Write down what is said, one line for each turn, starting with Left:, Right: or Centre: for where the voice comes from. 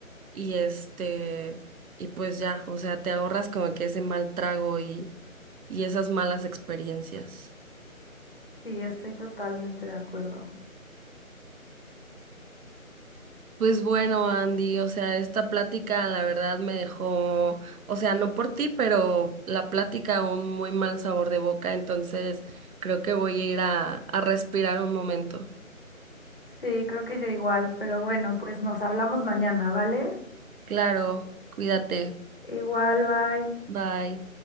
Right: y este, y pues ya, o sea, te ahorras como que ese mal trago y, y esas malas experiencias.
Left: Sí, estoy totalmente de acuerdo.
Right: Pues bueno, Andy, o sea, esta plática la verdad me dejó, o sea, no por ti, pero la plática un muy mal sabor de boca, entonces creo que voy a ir a, a respirar un momento.
Left: Sí, creo que yo igual, pero bueno, pues nos hablamos mañana, ¿vale?
Right: Claro, cuídate.
Left: Igual, bye.
Right: Bye.